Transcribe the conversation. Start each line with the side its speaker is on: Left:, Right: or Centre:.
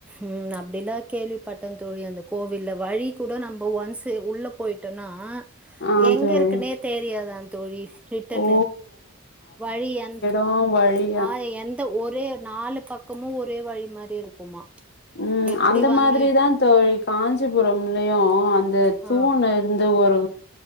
Centre: உம் அப்படிலாம் கேள்விப்பட்டேன் தோழி அந்த கோவில்ல வழி கூட நம்ம ஒன்ஸ்ஸு உள்ள போயிட்டோன்னா
Left: ஆ
Centre: எங்க
Left: தோழி
Centre: இருக்குனே தெரியாதான் தோழி ரிட்டன்னு
Left: ஓ
Centre: வழி அங்க
Left: ஆமா தோழி
Centre: ஆஹ் எந்த ஒரே நாலு பக்கமும் ஒரே வழி மாதிரி இருக்குமா
Left: உம்
Centre: எப்டி
Left: அந்த
Centre: வர்ணு
Left: மாதிரிதான் தோழி காஞ்சிபுரம்லையும் அந்த தூணு
Centre: ஆ
Left: வந்து ஒரு